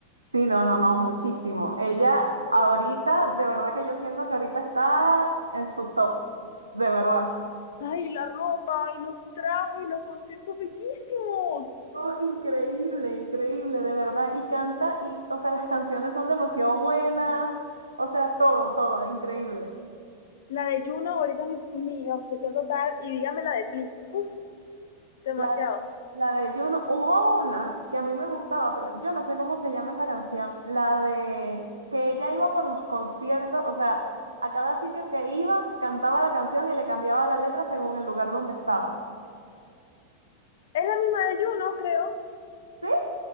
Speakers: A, on the right (about 80°); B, on the left (about 60°).
A: Sí, no, no, no, muchísimo. Ella ahorita, de verdad que yo siento que ahorita está en su top, de verdad.
B: Ay, la ropa, y los trajes, los conciertos bellísimos.
A: Oh, increíble, increíble, de verdad. Y canta, y, o sea, las canciones son demasiado buenas. O sea, todo, todo, increíble.
B: La de Juno ahorita es mi, mi obsesión total y dígame la de Please. Uf, demasiado.
A: La, la de Juno, hubo una que a mí me gustaba, pero yo no sé cómo se llama esa canción. La de que ella iba por los conciertos, o sea, a cada sitio que iba, cantaba la canción y le cambiaba la letra según el lugar donde estaba.
B: Es la misma de Juno, creo.
A: ¿Sí?